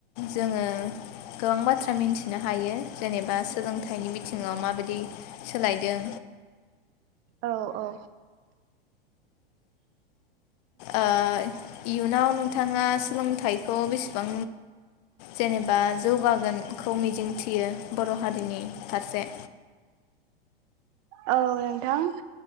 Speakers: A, on the left; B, on the right.
A: जोङो गोबां बाथ्रा मिन्थिनो हायो जेनेबा सोलोंथाइनि बिथिङाव माबायदि सोलायदों
B: औ-औ
A: ओ इयुनाव नोंथाङा सोलोंथाइखौ बेसे बां जेनेबा जौगागोनखौ मिजिं थियो बर' हारिनि फारसे
B: औ नोंथां